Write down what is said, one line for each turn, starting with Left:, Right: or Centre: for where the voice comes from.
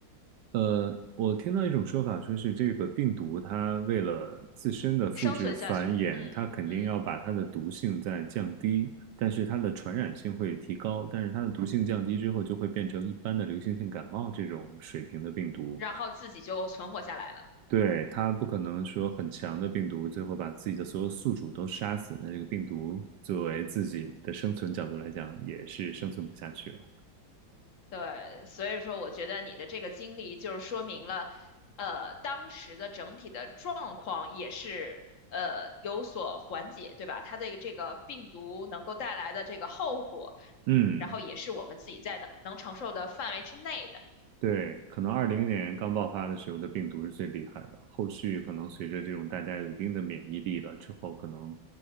Right: 呃，我听到一种说法，说是这个病毒它为了自身的复制繁衍，
Left: 生存下去，嗯嗯，
Right: 它肯定要把它的毒性再降低，但是它的传染性会提高，但是它的毒性降低之后，就会变成一般的流行性感冒这种水平的病毒。
Left: 然后自己就存活下来了。
Right: 对，它不可能说很强的病毒，最后把自己的所有宿主都杀死。那这个病毒作为自己的生存角度来讲，也是生存不下去了。
Left: 对，所以说我觉得你的这个经历就是说明了，呃，当时的整体的状况也是呃有所缓解，对吧？它的这个病毒能够带来的这个后果，
Right: 嗯，
Left: 然后也是我们自己在能能承受的范围之内的。
Right: 对，可能二零年刚爆发的时候的病毒是最厉害的，后续可能随着这种大家有一定的免疫力了之后，可能，